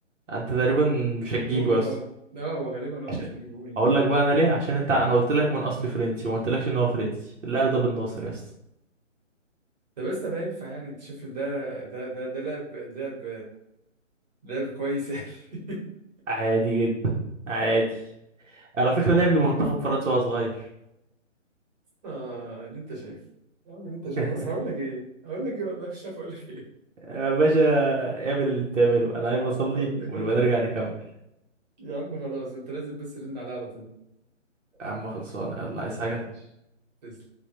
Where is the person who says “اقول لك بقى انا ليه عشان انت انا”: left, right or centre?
Right